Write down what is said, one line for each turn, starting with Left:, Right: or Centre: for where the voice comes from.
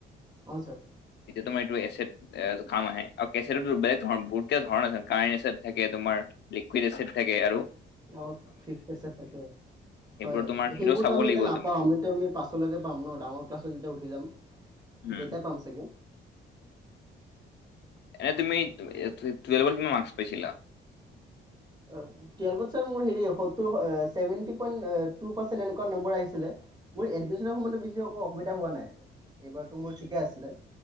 Right: অ', ছাৰ।
Left: এতিয়া তোমাৰ এইটো এছেড। এ কাম আহে আৰু এছেট বেলেগ ধৰণ, বহুত কেইটা ধৰণ আছে কাৰেণ্ট এছেট থাকে, তোমাৰ- লিকুইডড এছেট থাকে আৰু।
Right: অ', পিক এছেট থাকে।
Left: সেইবোৰ
Right: হয় হয়,
Left: তোমাৰ
Right: সেইবোৰতো
Left: হিৰো চাব
Right: আমি
Left: লাগিব
Right: এতিয়া নাপাওঁ
Left: তুমি
Right: আমিতো আমি পাছলৈকে পাম ন ডাঙৰ ক্লাছত যেতিয়া উঠি যাম।
Left: উম
Right: কেইটা পাম চাগে।
Left: এ তুমি টুৱেলভত কিমান মাৰ্ক্স পাইছিলা।
Right: অ', টুৱেলভত ছাৰ মোৰ হেৰি সত্তৰ আ ছেভেনটি পইণ্ট টু পাৰ্চেণ্ট এনেকুৱা নম্বৰ আহিছিলে। মোৰ এডমিশনৰ সময়তো বেছি একো অসুবিধা হোৱা নাই। এইবাৰতো মোৰ ঠিকে আছিলে,